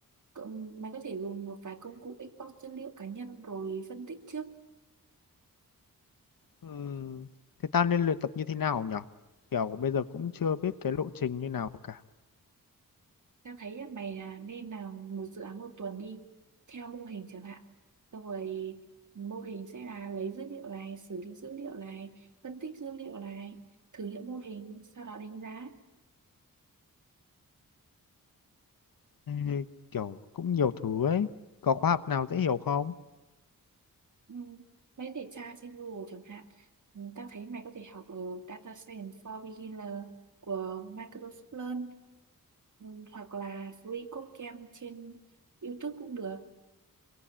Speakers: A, on the right; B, on the left.
A: Cậu- Mày có thể dùng một vài công cụ export dữ liệu cá nhân rồi phân tích trước.
B: Ừ. Thế tao nên luyện tập như thế nào nhở? Kiểu bây giờ cũng chưa biết cái lộ trình như nào cả.
A: Tao thấy là mày là nên làm một dự án một tuần đi, theo mô hình chẳng hạn. Xong rồi mô hình sẽ là lấy dữ liệu này, xử lý dữ liệu này, phân tích dữ liệu này, thử nghiệm mô hình, sau đó đánh giá.
B: Ê, kiểu cũng nhiều thứ ấy có khóa học nào dễ hiểu không
A: Ừ. Mấy để tra trên Google chẳng hạn ừ, ta thấy mày có thể học ở Data Science for Beginner của Microsoft Learn ừ, hoặc là Free Code Camp trên YouTube cũng được